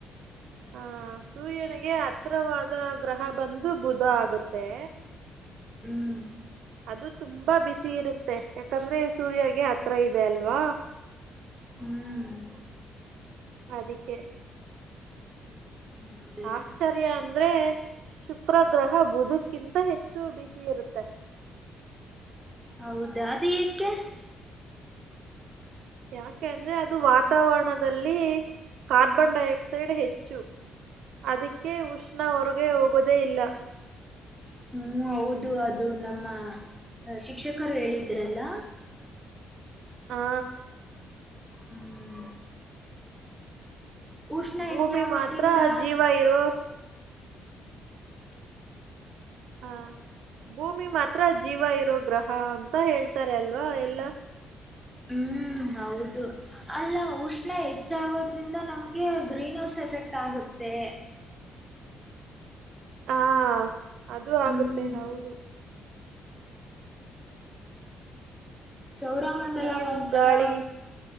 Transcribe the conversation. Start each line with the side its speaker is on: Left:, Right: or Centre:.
Right: ಹ ಸೂರ್ಯನಿಗೆ ಹತ್ರವಾದ ಗ್ರಹ ಬಂದು ಬುಧ ಆಗುತ್ತೆ.
Centre: ಹ್ಮ್
Right: ಅದು ತುಂಬಾ ಬಿಸಿ ಇರುತ್ತೆ ಯಾಕಂದ್ರೆ ಸೂರ್ಯಗೆ ಹತ್ರ ಇದೆ ಅಲ್ವಾ.
Centre: ಹ್ಮ್
Right: ಅದಕ್ಕೆ
Centre: ಹೌದಾ
Right: ಆಶ್ಚರ್ಯ ಅಂದ್ರೆ ಶುಕ್ರಗ್ರಹ ಬುದುಕ್ಕಿಂತ ಹೆಚ್ಚು ಬಿಸಿ ಇರುತ್ತೆ.
Centre: ಹೌದಾ ಅದು ಏಕೆ
Right: ಯಾಕೆ ಅಂದ್ರೆ ಅದು ವಾತಾವರಣದಲ್ಲಿ ಕಾರ್ಬನ್ ಡೈ ಆಕ್ಸೈಡ್ ಹೆಚ್ಚು. ಅದಕ್ಕೆ ಉಷ್ಣ ಹೊರಗೆ ಹೋಗೋದೆ ಇಲ್ಲ.
Centre: ಹ್ಮ್ ಹೌದು ಅದು ನಮ್ಮ ಶಿಕ್ಷಕರು ಹೇಳಿದ್ರಲ್ಲ.
Right: ಹಾ
Centre: ಹ್ಮ್ ಉಷ್ಣ
Right: ಭೂಮಿ
Centre: ಹೆಚ್ಚಾಗೋದ್ರಿಂದ
Right: ಮಾತ್ರ ಜೀವ ಇರೋ ಹಾ ಭೂಮಿ ಮಾತ್ರ ಜೀವ ಇರೋ ಗ್ರಹ ಅಂತ ಹೇಳ್ತಾರೆ ಅಲ್ವಾ ಎಲ್ಲಾ.
Centre: ಹ್ಮ್ ಹೌದು ಅಲ್ಲ ಉಷ್ಣ ಹೆಚ್ಚಾಗೋದ್ರಿಂದ ನಮ್ಗೆ ಗ್ರೀನ್ ಹೌಸ್ ಎಫೆಕ್ಟ್ ಆಗುತ್ತೆ.
Right: ಹಾ ಅದು ಆಗುತ್ತೆ
Centre: ಹ್ಮ್
Right: ಹೌದು.
Centre: ಸೌರ ಮಂಡಲ
Right: ನೀರು
Centre: ಒಂತರ.
Right: ಗಾಳಿ